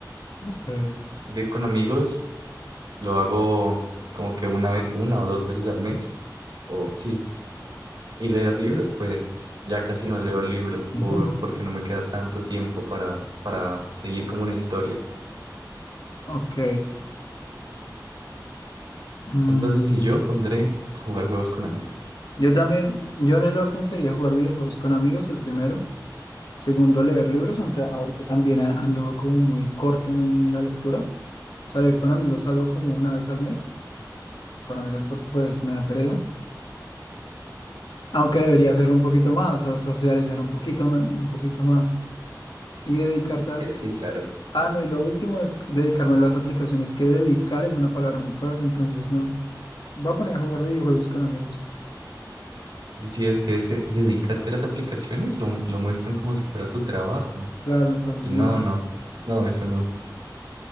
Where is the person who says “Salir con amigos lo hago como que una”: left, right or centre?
Right